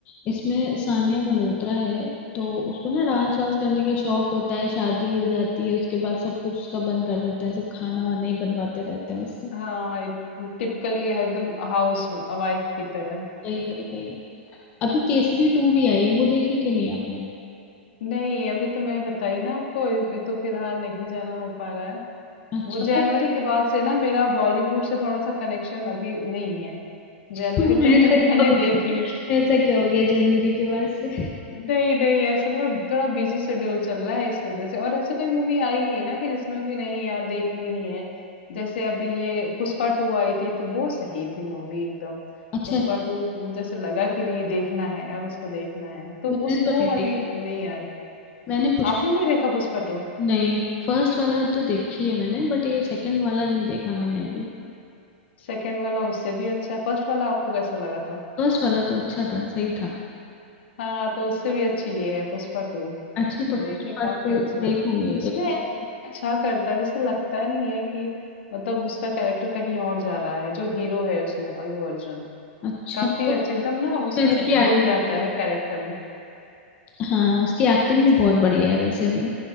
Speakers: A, on the left (about 20°); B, on the left (about 65°).
A: इसमें सानिया मल्होत्रा है तो उसको ना डांस वांस करने का शौक होता है शादी हो जाती है उसके बाद सब कुछ उसका बंद कर देते हैं सब खाना वाना ही बनवाते रहते हैं उससे
B: हाँ टिपिकली एकदम हाउस वाइफ की तरह
A: वही वही वही अभी केसरी टू भी आई है वो देखी कि नहीं आपने
B: नहीं अभी तो मैं बताई ना आपको अभी तो फिलहाल नहीं जाना हो पा रहा है
A: अच्छा
B: वो जनवरी
A: बट
B: के बाद से ना मेरा बॉलीवुड से थोड़ा सा कनेक्शन अभी नहीं है
A: क्यों
B: जनवरी तक
A: ऐसा
B: तो <laughs> मैंने
A: क्या हो गया
B: देखी
A: ऐसा क्या हो गया जनवरी के बाद से
B: नहीं नहीं ऐसा थोड़ा थोड़ा बिजी शेड्यूल चल रहा है इस वजह से और ऐसे कोई मूवी आई नहीं ना कि जिसमें कि नहीं यार देखनी ही है जैसे अभी ये पुष्पा टू आई थी तो वो सही थी मूवी एकदम
A: अच्छा
B: पुष्पा टू जैसे लगा कि नहीं देखना है यार उसको देखना है तो
A: मैंने
B: उस
A: तो
B: वो
A: नहीं
B: वाली
A: देखी
B: नहीं आई
A: मैंने पुष्प
B: आपने नहीं देखा पुष्पा टू
A: नहीं फर्स्ट वाला तो देखी है मैंने बट ये सेकंड वाला नहीं देखा मैंने अभी
B: सेकेंड वाला उससे भी अच्छा है फर्स्ट वाला आपको कैसा लगा था
A: फर्स्ट वाला तो अच्छा था सही था
B: हाँ तो उससे भी अच्छी ये है पुष्पा टू
A: अच्छा तो पुष्पा
B: देखिए काफी
A: टू
B: अच्छी है
A: देखूंगी
B: उसमें
A: देखूंगी
B: अच्छा करता है जैसे लगता नहीं है कि मतलब उसका कैरेक्टर कहीं और जा रहा है जो हीरो है उसमें अल्लू अर्जुन
A: अच्छा
B: काफी
A: तो
B: अच्छे एकदम
A: उसकी
B: ना उसमें
A: वैसे भी
B: घुल
A: एक्टिंग
B: जाता
A: बढ़िया
B: है कैरेक्टर में
A: है। हाँ उसकी एक्टिंग भी बहुत बढ़िया है वैसे भी